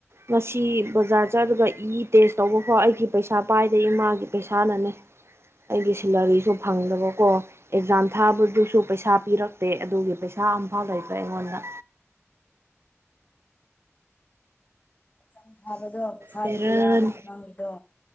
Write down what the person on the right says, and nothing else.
ꯉꯁꯤ ꯕꯖꯥꯔ ꯆꯠꯂꯒ ꯏ ꯇꯦꯁ ꯇꯧꯕꯐꯣ ꯑꯩꯒꯤ ꯄꯩꯁꯥ ꯄꯥꯏꯗꯦ ꯏꯃꯥꯒꯤ ꯄꯩꯁꯥꯅꯅꯦ ꯑꯩꯒꯤ ꯁꯦꯂꯔꯤꯁꯨ ꯐꯪꯗꯕꯀꯣ ꯑꯦꯛꯖꯥꯝ ꯊꯥꯕꯗꯨꯁꯨ ꯄꯩꯁꯥ ꯄꯤꯔꯛꯇꯦ ꯑꯗꯨꯒꯤ ꯄꯩꯁꯥ ꯊꯥ ꯑꯝꯐꯥꯎ ꯂꯩꯕ꯭ꯔ ꯑꯩꯉꯣꯟꯗ
ꯕꯦꯔꯥꯅꯤ